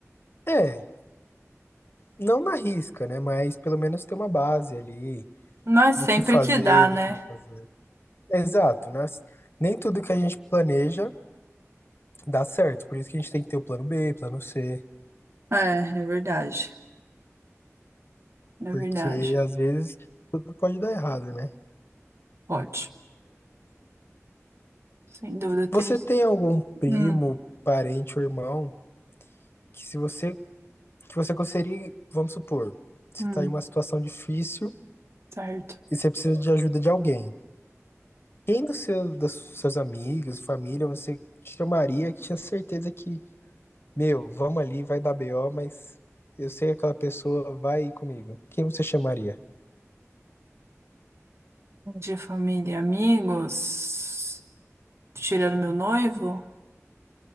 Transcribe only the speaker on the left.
É, não na risca, né? Mas pelo menos ter uma base ali
do
que fazer,
do que não fazer. Exato, né? Nem tudo que a gente planeja dá certo. Por isso que a gente tem que ter o plano B, plano C.
Porque
às vezes tudo pode dar errado, né?
Você tem algum primo,
parente ou irmão que se você que você conseguiria, vamos supor, você
tá em uma situação difícil
e você precisa de ajuda de alguém. Quem dos seus, dos seus amigos, família, você chamaria que tinha certeza que, meu, vamos ali, vai dar BO, mas eu sei que aquela pessoa vai ir comigo. Quem você chamaria?